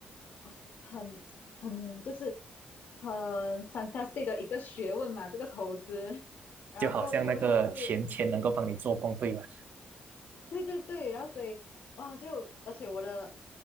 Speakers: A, on the left; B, on the right.
A: 啊，很很就是很 fantastic 的一个学问嘛，这个投资。<laughs> 然后过后就还是
B: 就好像那个钱钱能够帮你做工，对吧？
A: 对对对，然后所以哇，就而且我的，